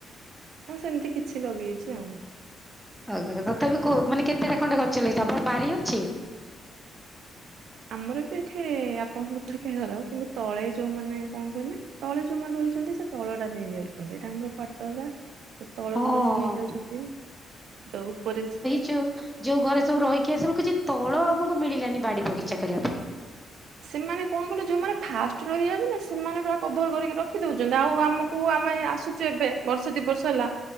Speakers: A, on the right (about 70°); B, in the centre.
A: ହଁ ସେମିତି କିଛି ଲଗେଇଛି ଆଉ
B: ଆଗ ତଥାପି କଉ ମାନେ କେତେଟା ଖଣ୍ଡେ ଗଛ ଲାଗିଛି ଆମର ପାରି ଅଛି।
A: ଆମର ବି ଏଠି ଆପଣଙ୍କ ପରିକ୍ଷା ଘର କିନ୍ତୁ ତଳେ ଯୋଉମାନୋନ କଣ କହିଲେ ତଳେ ଯୋଉମାନେ ଧହିଛନ୍ତି ସେ ତଳଟା ନେଇ ଯାଉଛନ୍ତି ଏଇଟା ଆମର କଟରା ତଳ
B: ହଁ
A: ଘର ସ
B: ହଁ
A: ନେଇ ଯାଉଛନ୍ତି ତ ଉପରେ
B: ଚୁ ଯୋଉ ଘରେ ସବୁ ରହିକି ଆସିଲୁ କିଛି ତଳ ଆମକୁ ମିଳିଲାନି ବାଡି ବଗିଚା କରିବା ପାଇଁ
A: ସେମାନେ କଣ କହିଲୁ ଯୋଉମାନେ ଫାଷ୍ଟ ରହିଯାଉ ନା ସେମାନେ ପୁରା କଭର କରିକି ରଖିଦଉଛନ୍ତି ଆଉ ଆମକୁ ଆମେ ଆସୁ ଯେବେ ବର୍ଷ ଦି ବର୍ଷ ହେଲା